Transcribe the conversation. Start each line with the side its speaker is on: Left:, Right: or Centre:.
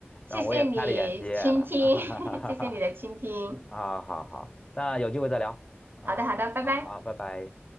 Left: 让我也开了眼界了，
Right: 谢谢你倾听，
Left: <laughs>
Right: <laughs> 谢谢你的倾听。
Left: 啊，好好，那有机会再聊，好吗？
Right: 好的，好的，拜拜。
Left: 好啊，拜拜。